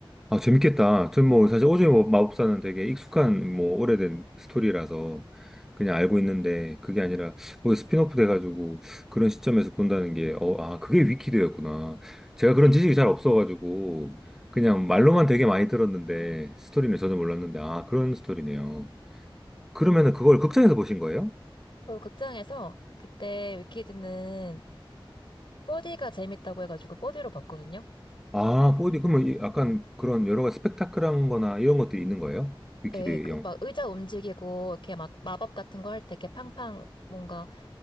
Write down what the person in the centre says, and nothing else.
아, 재밌겠다. 전 뭐, 사실 오즈의 마- 마법사는 되게 익숙한, 뭐, 오래된 스토리라서 그냥 알고 있는데, 그게 아니라, 뭐, 스핀오프 돼가지고 그런 시점에서 본다는 게, 어, 아, 그게 위키드였구나. 제가 그런 지식이 잘 없어가지고, 그냥 말로만 되게 많이 들었는데, 스토리는 전혀 몰랐는데, 아, 그런 스토리네요. 그러면은 그걸 극장에서 보신 거예요?
아, 4디 그러면
이- 약간 그런 여러 가지 스펙타클한 거나 이런 것들이 있는 거예요? 위키드
영화.